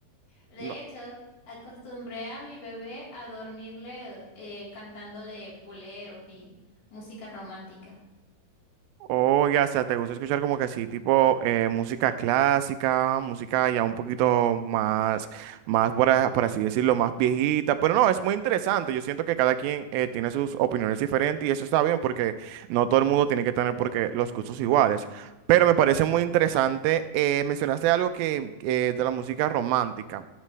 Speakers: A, on the left; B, on the right.
A: De
B: No,
A: hecho, acostumbré a mi bebé a dormirle eh, cantándole boleros y música romántica.
B: Oiga, o sea, ¿te gusta escuchar como que sí tipo eh, música clásica, música ya un poquito más, más por, a- por así decirlo, más viejita? Pero no, es muy interesante. Yo siento que cada quien eh, tiene sus opiniones diferentes y eso está bien porque no todo el mundo tiene que tener porque los gustos iguales. Pero me parece muy interesante. eh, mencionaste algo que, que de la música romántica.